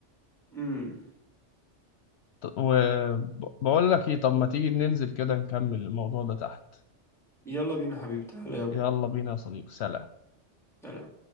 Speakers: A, in the centre; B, on the left.
A: امم
B: وبقول لك إيه طب ما تيجي ننزل كده نكمل الموضوع ده تحت
A: يلا بينا حبيبي تعالى يلا
B: يلا بينا يا صديقي سلام
A: سلام